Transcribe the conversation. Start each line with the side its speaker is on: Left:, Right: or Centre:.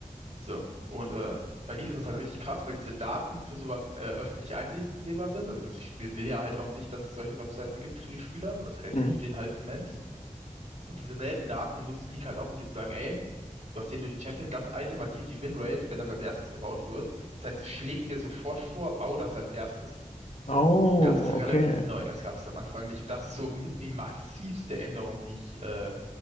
Right: So, und äh, bei League ist das halt richtig krass, weil diese Daten für sowas äh, öffentlich einsehbar sind. Also das Spiel will ja halt auch an sich, dass es solche Webseiten gibt für die Spieler, weil das hel-
Left: Hm.
Right: hilft denen halt immens. Und diese selben Daten nutzt League halt auch, um dir zu sagen, ey, du hast den und den Champion, das Item hat die und die Winrate, wenn das als erstes gebaut wird. Das heißt, es schlägt dir sofort vor, bau das als erstes. So,
Left: Oh,
Right: und das ist relativ
Left: okay.
Right: neu, das gab es am Anfang nicht. Und das ist so mit die massivste Änderung, die ich äh,